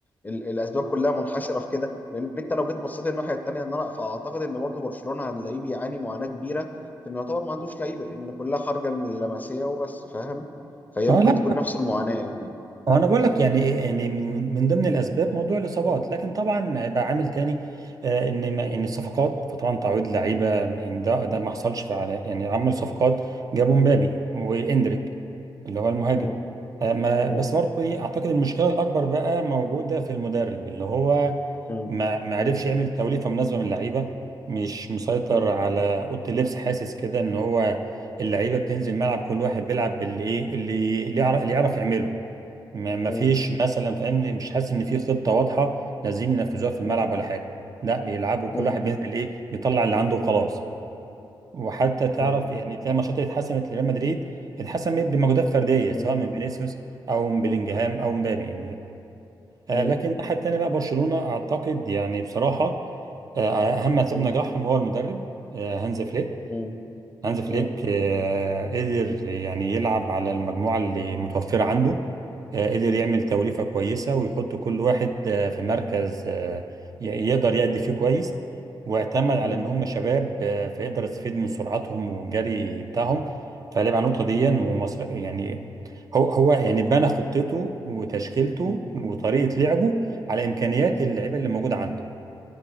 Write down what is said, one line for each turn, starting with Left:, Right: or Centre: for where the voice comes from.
Left: ال... الاسباب كلها منحشره في كده لان انت لو جيت بصيت الناحيه الثانيه ان انا فاعتقد ان برضو برشلونه هنلاقيه بيعاني معاناه كبيره في انه يعتبر ما عندوش لعيبه ان كلها خارجه من اللمسيه وبس فاهم فهي
Right: اه
Left: ممكن
Right: لا
Left: تكون نفس المعاناه يعني
Right: هو انا بقول لك يعني يعني من من ضمن الاسباب موضوع الاصابات لكن طبعا بقى عامل تاني آه ان ما ان الصفقات فطبعا تعويض لعيبه يعني ده ده ما حصلش فعلا يعني عمل صفقات جابوا مبابي واندريك اللي هو المهاجم
Left: مم.
Right: آه ما
Left: مم.
Right: بس برضو ايه اعتقد المشكله الاكبر بقى موجوده في المدرب اللي هو
Left: مم.
Right: ما ما عرفش
Left: مم.
Right: يعمل توليفه مناسبه من اللعيبه مش مسيطر
Left: مم.
Right: على اوضه اللبس حاسس كده ان هو اللعيبه بتنزل ملعب كل واحد بيلعب باللي ايه اللي اللي يعرف, اللي يعرف يعمله ما ما
Left: مم.
Right: فيش مثلا فاهمني مش حاسس ان في خطه واضحه نازلين ينفذوها في
Left: مم.
Right: الملعب ولا حاجه لا بيلعبوا كل
Left: مم.
Right: واحد بينزل ايه بيطلع اللي عنده وخلاص وحتى تعرف
Left: مم.
Right: يعني تلاقي ماتشات اللي اتحسمت لريال مدريد اتحسمت بمجهودات فرديه سواء
Left: مم.
Right: من فينيسيوس او من
Left: مم.
Right: بلينجهام او مبابي آه،
Left: مم.
Right: لكن الناحيه الثانيه بقى برشلونه اعتقد يعني بصراحه آه، اهم اسباب
Left: مم.
Right: نجاحهم
Left: مم.
Right: هو المدرب آه، هانز فليك
Left: مم.
Right: هانز فليك
Left: مم.
Right: آه، قدر يعني يلعب على المجموعه اللي متوفره عنده آه، قدر يعمل توليفه كويسه ويحط كل واحد آه، في مركز آه، ي- يقدر يأدي فيه كويس واعتمد على
Left: مم.
Right: ان هم شباب آه، فيقدر يستفيد من سرعتهم والجري بتاعهم فلعب على النقطه دي
Left: مم.
Right: ومص... يعني هو هو يعني بنى خطته وتشكيلته
Left: مم.
Right: وطريقه لعبه على امكانيات
Left: مم.
Right: اللعيبه اللي موجوده عنده